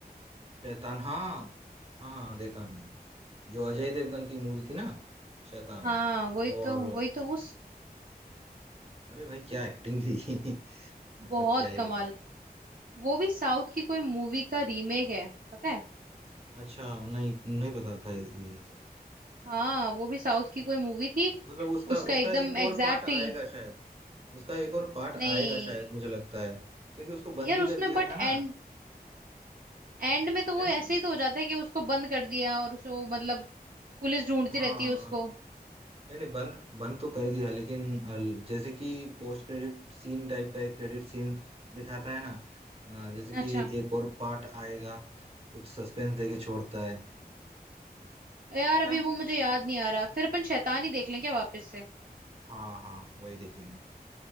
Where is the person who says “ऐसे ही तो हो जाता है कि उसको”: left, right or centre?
Right